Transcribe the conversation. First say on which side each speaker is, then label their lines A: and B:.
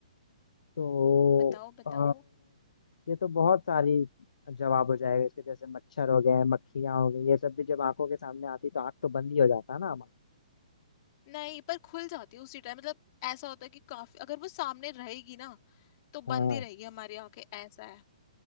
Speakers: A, on the left; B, on the left.
A: तो
B: बताओ बताओ
A: आ, ये तो बहुत सारी जवाब हो जाएगा इसके जैसे मच्छर हो गए मक्खियां हो गई ये सब भी जब आंखों के सामने आती तो आंख तो बंद ही हो जाता है ना हमारा
B: नहीं पर खुल जाती है उसी टाइम मतलब ऐसा होता है कि काफी अगर वो सामने रहेगी ना तो
A: हाँ
B: बंद ही रहेगी हमारी आंखें ऐसा है